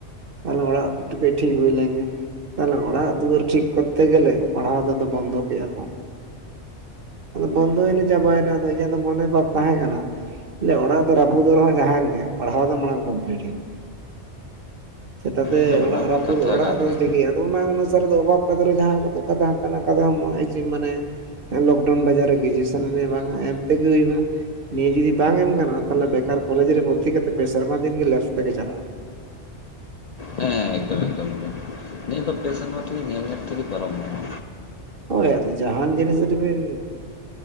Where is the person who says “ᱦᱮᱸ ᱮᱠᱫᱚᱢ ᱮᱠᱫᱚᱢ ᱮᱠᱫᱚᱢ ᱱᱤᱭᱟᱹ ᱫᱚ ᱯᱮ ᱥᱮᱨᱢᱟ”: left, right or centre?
Left